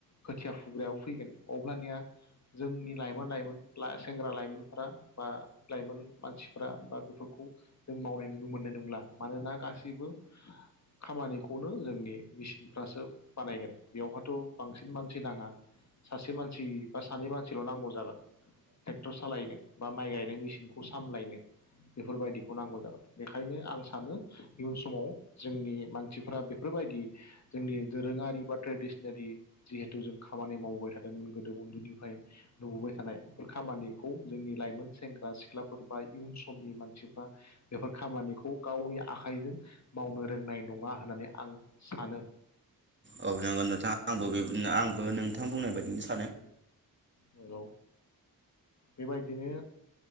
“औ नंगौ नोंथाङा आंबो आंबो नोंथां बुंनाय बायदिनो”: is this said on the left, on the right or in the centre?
Right